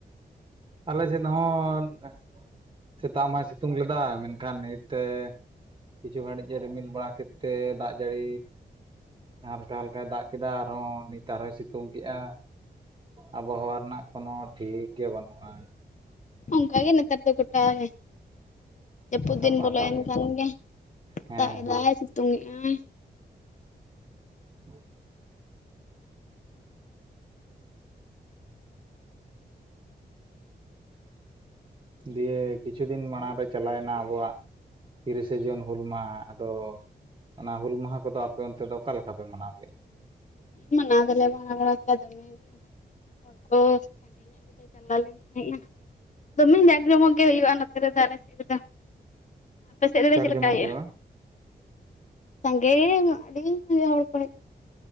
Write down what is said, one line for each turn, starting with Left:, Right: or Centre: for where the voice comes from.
Right: ᱟᱞᱮ ᱥᱮᱫ ᱫᱚ ᱦᱚᱸ <inaudible> ᱥᱮᱛᱟᱜ ᱢᱟᱭ ᱥᱤᱛᱩᱝ ᱞᱮᱫᱟ ᱢᱮᱱᱠᱷᱟᱱ ᱱᱤᱛᱮ ᱠᱤᱪᱷᱩ ᱜᱷᱟᱹᱲᱤᱡ ᱮ ᱨᱤᱢᱤᱞ ᱵᱟᱲᱟ ᱠᱮᱫᱛᱮ ᱫᱟᱜ ᱡᱟᱹᱲᱤ ᱦᱟᱞᱠᱟ ᱦᱟᱞᱠᱟᱭ ᱫᱟᱜ ᱠᱮᱫᱟ ᱟᱨᱦᱚᱸ ᱛᱟᱣᱨᱮ ᱦᱚᱸᱭ ᱥᱤᱛᱩᱝ ᱠᱮᱜᱼᱟ ᱟᱵᱚᱦᱟᱣᱟ ᱨᱮᱱᱟᱜ ᱠᱳᱱᱚ ᱴᱷᱤᱠ ᱜᱮ ᱵᱟᱹᱱᱩᱜᱼᱟ
Left: ᱚᱱᱠᱟᱜᱮ ᱱᱮᱛᱟᱨ ᱫᱚ ᱜᱚᱴᱟ ᱜᱮ ᱡᱟᱹᱯᱩᱫ
Right: ᱜᱚᱴᱟ
Left: ᱫᱤᱱ
Right: ᱯᱟᱦᱴᱟ
Left: ᱵᱚᱞᱚᱭᱮᱱ ᱠᱷᱟᱱ ᱜᱮ
Right: ᱦᱮᱸ
Left: ᱫᱟᱜ ᱮᱫᱟᱭ
Right: ᱦᱮᱸ
Left: ᱥᱤ ᱥᱮᱛᱩᱝ ᱮᱜ ᱟᱭ
Right: ᱦᱮᱸ ᱫᱤᱭᱮ ᱠᱤᱪᱷᱩ ᱫᱤᱱ ᱢᱟᱲᱟᱝ ᱨᱮ ᱪᱟᱞᱟᱣᱮᱱᱟ ᱟᱵᱚᱣᱟᱜ ᱛᱤᱨᱤᱥᱮ ᱡᱩᱱ ᱦᱩᱞ ᱢᱟᱦᱟ ᱟᱫᱚ ᱚᱱᱟ ᱦᱩᱞ ᱢᱟᱦᱟ ᱠᱚᱫᱚ ᱟᱯᱮ ᱚᱱᱛᱮ ᱫᱚ ᱚᱠᱟ ᱞᱮᱠᱟ ᱯᱮ ᱢᱟᱱᱟᱣ ᱠᱮᱜᱼᱟ
Left: ᱢᱟᱱᱟᱣ ᱫᱚᱞᱮ ᱢᱟᱱᱟᱣ ᱵᱟᱲᱟ ᱠᱮᱜᱼᱟ ᱫᱚᱢᱮ ᱦᱚᱲ ᱠᱚ ᱥᱟᱺᱰᱤ ᱧᱚᱜ ᱜᱮᱞᱮ ᱪᱟᱞᱟ ᱞᱮ ᱠᱷᱟᱡᱜᱮ ᱫᱚᱢᱮ ᱡᱟᱠ ᱡᱚᱢᱚᱠ ᱜᱮ ᱦᱩᱭᱩᱜᱼᱟ ᱱᱚᱛᱮ ᱨᱮᱫᱚ ᱟᱞᱮ ᱥᱮᱫ ᱨᱮᱫᱚ ᱟᱯᱮ ᱥᱮᱫ ᱨᱮᱫᱚ
Right: ᱡᱟᱠ
Left: ᱪᱮᱫ ᱞᱮᱠᱟ
Right: ᱡᱚᱢᱚᱠ
Left: ᱦᱩᱭᱩᱜᱼᱟ
Right: ᱜᱮ ᱵᱟᱝ?
Left: ᱥᱟᱸᱜᱮ ᱟᱰᱤ ᱥᱟᱸᱜᱮ ᱦᱚᱲ ᱠᱚ ᱦᱮᱡ